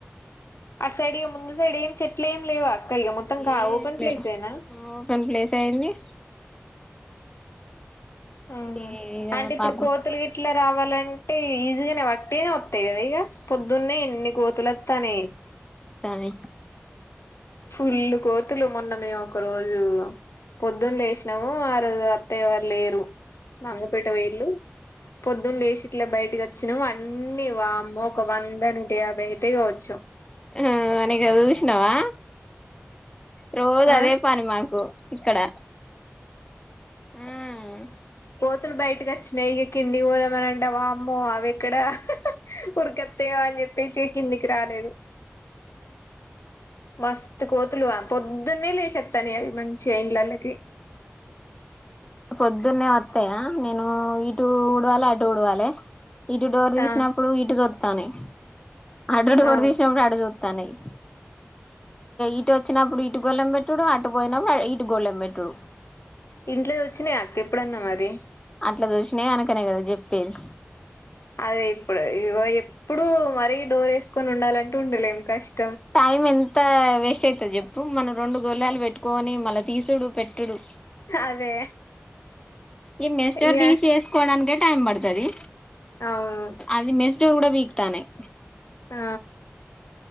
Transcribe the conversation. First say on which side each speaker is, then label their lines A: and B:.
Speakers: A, on the left (about 85°); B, on the left (about 20°).
A: ఆ సైడ్ ఇఅ ముందు సైడ్ ఏం చెట్లు ఏం లేవా ఇఅ గ మొత్తం
B: ఏం
A: ఓపన్
B: లేవు
A: ప్లేస్ ఏనా
B: ఓపెన్ ప్లేస్ అయింది
A: ఆ
B: ఇగ
A: అంటే ఇప్పుడు
B: పాపం
A: కోతులు గిట్ల రావాలంటే ఈజీగానే వట్టిగనె ఇగా పొద్దున్న ఎన్ని కో తులత్తానయి
B: ఇత్తామ
A: ఫుల్లు కోతులు మొన్న మేము ఒక రోజు పొద్దున్న లేసినాము ఆ రోజు అత్తయ్యవాళ్ళు లేరు రు మంగపేట వొయిళ్లు పొద్దున లేసి ఇట్ల బయట వచ్చినం అన్నీ వామ్మో ఒక వంద నుుయాభై అయితయి కావచ్చు
B: హుం అనేక చూసినావా రోజు
A: ఆ
B: అదే పని మాకు ఇక్కడ ఉమ్
A: తులు బయటకి వచ్చినాయి ఇక కిన్ని పోదమనంటె వామ్మో అవి ఇక్కడ ఉరిక త్తయి అని చెప్పేసి కిందికి రాలేదు మస్తు కోతులుగా పొద్దున్నే లేశత్తానయి అవి మంచి ఇండ్లలోకి
B: పొద్దున్నే వత్తయా నేను ఇటు ఊడవాలి అటు ఊడవాలే ఇటు డోర్ తీసినప్పుడు
A: ఆ
B: ఇటు కొ తనే అటు డోరు
A: ఆ
B: తీసినప్పుడు అటు తన్నాయి ఇటు వచ్చినప్పుడు ఇటు గొలెం పెట్టటుడు అటు పోయినప్పుడు ఇటు గొళెం పెట్టటుడు
A: ఇంట్లో వచ్చినాయి అక్క ఎప్పుడన్నా మరి
B: ఇట్లా చూసినా ఎనకనే కదా చెప్పేది
A: అదే ఇప్పుడు ఇగో ఎప్పుడు మరీ డోర్ వేసుకొని ఉండాలంటె ఉండలేం కష్టం
B: టైమ్ ఎం త్త వేస్ట్ అయితది చెప్పు మనం రెండు గొల్లాలు పెట్టుకొని మళ్ళ తీసుడు పెట్ టుడు
A: అదే
B: ఈ మెస్ డోర్
A: ఇగ
B: తీసి వేసుకోవడానికి టైమ్ పడతది
A: అవును
B: అది మెస్ డోర్ ఊడపీకుతాన్నయి
A: ఆ